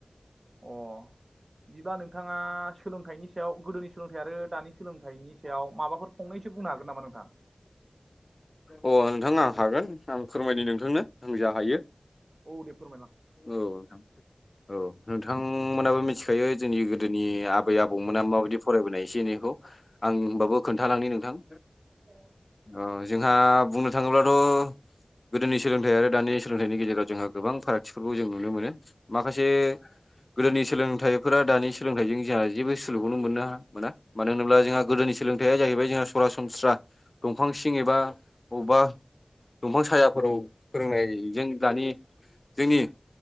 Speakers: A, on the right; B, on the left.
A: अ बिदिबब्ला नोंथाङा सोलोंथाइनि सायाव गोदोनि सोलोंथाइ आरो दानि सोलोंथाइनि सायाव माबाफोर फंनैसो बुंनो हागोन नामा नोंथां
B: अ नोंथां आं हागोन आं फोरमायद नोंथांनो आं जा हायो
A: औ दे फोरमायलां
B: औ नोंथां। औ नोंथांमोनाबो मिथिखायो जोंनि गोदोनि आबै आबौमोना माबायदि फरायबोनाय एसे एनैखौ आंबाबो खोन्थालांनि नोंथां।
A: औ।
B: अ जोंहा बुंनो थाङोब्लाथ' गोदोनि सोलोंथाइ आरो दानि सोलोंथाइनि गेजेराव जोंहा गोबां फाराग थिफोरखौ जों नुनो मोनो माखासे गोदोनि सोलोंथाइफोरा दानि सोलोंथाइजों जोंहा जेबो सुखौनो मोननो मोना मानो होनोब्ला जोंहा गोदोनि सोलोंथाइया जाहैबाय जोंहा सरासनस्रा दंफां सिं एबा बबेबा दंफां सायाफोराव फोरोंनायजों दानि जोंनि